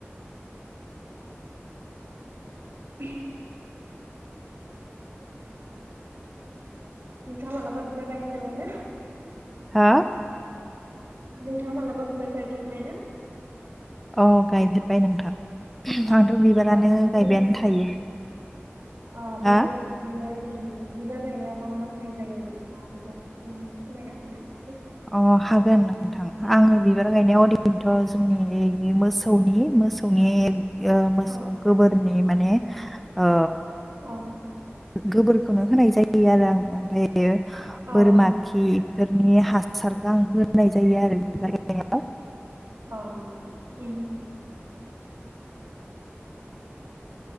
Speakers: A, on the right; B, in the centre.
A: ओहम नोंथाङा मालाबा बिबार गायफेरबाय ना?
B: आ
A: नोंथाङा मालाबा बिबार गायफेरबाय ना?
B: औ गायफेरबाय नोंथां। आंथ' बिबारानो
A: अ बिबार
B: गायबायानो
A: गायनायाव
B: थायो।
A: अ' बिबार
B: हा
A: बिबार गायन बिबार गायनायाव मा मा होनाय जायो नोंथाङा बेखौ फोरमायनो हागोन ना एसे?
B: अ' हागोन नोंथां। आङो बिबार गायनायाव ओरैनोथ' जोंनि बिनि मोसौनि मोसौनि ओ मोसौ
A: अ
B: गोबोरनि माने ओ
A: अ
B: गोबोरखौनो होनाय जायो आरो आं ओमफ्रा यो
A: नोंथां
B: बोरमा खिफोरनि हासार हासारखौ आं होनाय जायो आरो बिबार गायनायाव
A: अ नोंथां उम